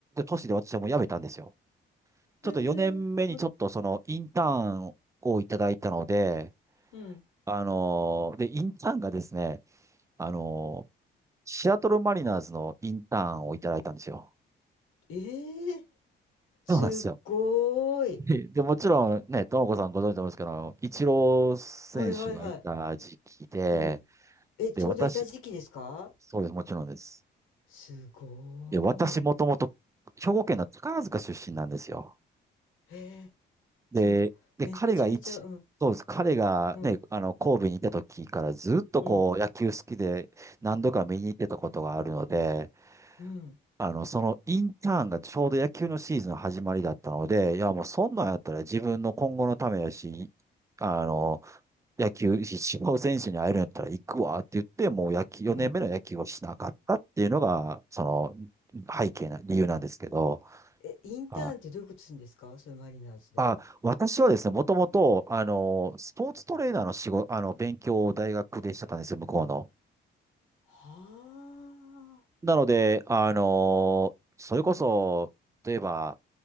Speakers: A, on the right; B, on the left.
A: 年で私はもう辞めたんですよ。ちょっと4年目にちょっとそのインターンをいただいたので、
B: へえ、も、うん。
A: あのーで、インターンがですね、あのーシアトルマリナーズのインターンをいただいたんですよ。
B: ええ、すっごーい。
A: そうなんですよ。で、でもちろんね、ともこさんご存知だと思うんですけど、イチロー選手がいた時期で、
B: はいはいはい。うん。え、ちょうどいた時期ですか
A: で、私、そうです、もちろんです。
B: すごーい。
A: で、私もともと兵庫県の宝塚出身なんですよ。
B: へえ、
A: で、
B: じゃあ、
A: で、
B: めっちゃめちゃ、
A: 彼が一、
B: うん、
A: そうです。彼がね、
B: うん、
A: あの、神戸にいた時からずっとこう、
B: うん、
A: 野球好きで何度か見に行ってたことがあるので、
B: うん、
A: あの、そのインターンがちょうど野球のシーズンの始まりだったので、いや、もうそんなんやったら自分の今後のためやし、
B: うん、
A: あの、野球、一応選手に会えるんやったら行くわって言って、もう野球、4年目の野球をしなかったっていうのが、
B: うん。
A: その、背景な、理由なんですけど、
B: え、インターンってどういうことするんですかそれマリナーズで。
A: はいあ、私はですね、もともと、あの、スポーツトレーナーの仕事、あの、勉強を大学でしてたんですよ、向こうの。
B: はあ。
A: なので、あのーそれこそ、例えば、